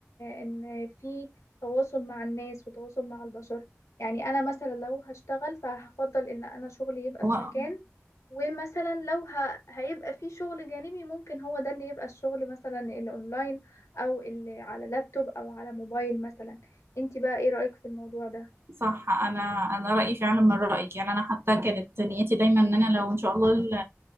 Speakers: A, on the left; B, on the right.
A: ان في تواصل مع الناس وتواصل مع البشر يعني انا مثلا لو هشتغل فهفضل ان انا شغلي يبقى
B: هو
A: في مكان ومثلا لو ه... هيبقى في شغل جانبي ممكن هو ده اللي يبقى الشغل مثلا الاونلاين او اللي على لابتوب او على موبايل مثلا انت بقى ايه رأيك في الموضوع ده
B: صح انا انا رايي فعلا من رايك يعني انا حتى كانت نيتي دايما ان انا لو ان شاء الله ال-